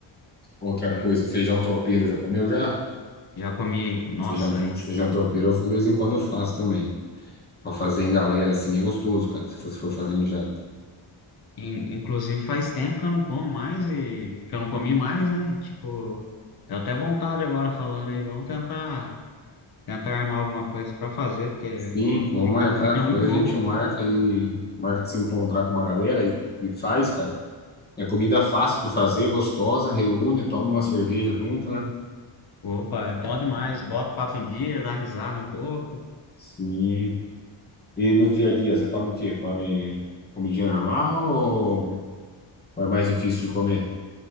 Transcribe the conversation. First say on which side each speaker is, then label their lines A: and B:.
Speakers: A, on the left (about 20°); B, on the left (about 50°).
A: outra
B: Eu
A: coisa, feijão tropeiro, já comeu já?
B: já comi, nossa,
A: Feijão,
B: e,
A: feijão tropeiro, eu- de vez em quando eu faço também. Pra fazer em galera, assim, é gostoso, cara, se você for fazer em janta.
B: in- inclusive faz tempo que eu não como mais e que eu não comi mais, né? E, tipo, deu até vontade agora falando aí, vamos tentar, tentar armar alguma coisa pra fazer, porque
A: Sim, vamos
B: fica,
A: marcar,
B: fica
A: depois
B: muito bom.
A: a gente marca e marca de se encontrar com uma galera e, e faz, cara. É comida fácil de fazer, gostosa, reúne, toma uma cerveja junto, né?
B: Opa, é bom demais, bota o papo em dia, dá risada um pouco.
A: Sim. E no dia a dia, você come o quê? Come comidinha normal ou ou é mais difícil de comer?